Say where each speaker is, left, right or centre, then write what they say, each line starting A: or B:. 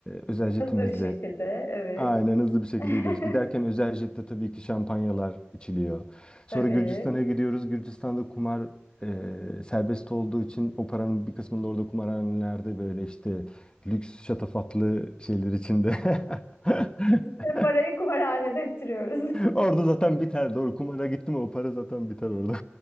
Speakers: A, on the left; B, on the left.
A: özel jetimizle
B: Hızlı bir şekilde, evet.
A: Aynen hızlı bir şekilde
B: <laughs>
A: gidiyoruz. Giderken özel jette tabii ki şampanyalar içiliyor.
B: Tabii.
A: Sonra Gürcistan'a gidiyoruz. Gürcistan'da kumar e, serbest olduğu için o paranın bir kısmını da orada kumarhanelerde böyle işte lüks şatafatlı şeyler içinde. <laughs>
B: Ve parayı kumarhanede bitiriyoruz.
A: Orada zaten biter. Doğru kumara gitti mi o para zaten biter orada.